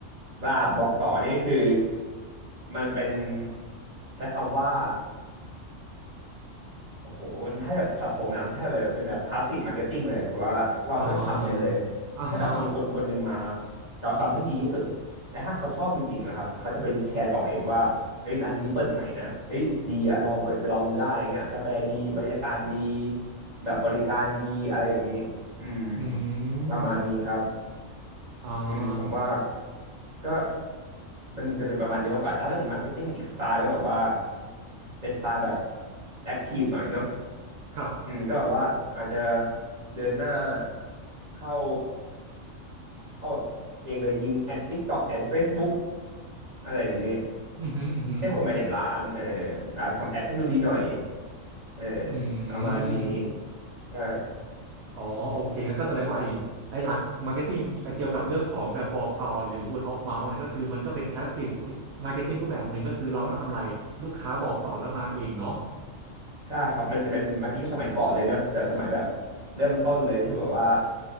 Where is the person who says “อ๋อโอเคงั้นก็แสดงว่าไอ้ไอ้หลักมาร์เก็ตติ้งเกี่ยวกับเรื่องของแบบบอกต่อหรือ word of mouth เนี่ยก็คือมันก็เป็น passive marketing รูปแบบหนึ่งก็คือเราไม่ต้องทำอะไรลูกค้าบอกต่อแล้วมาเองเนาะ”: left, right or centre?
Right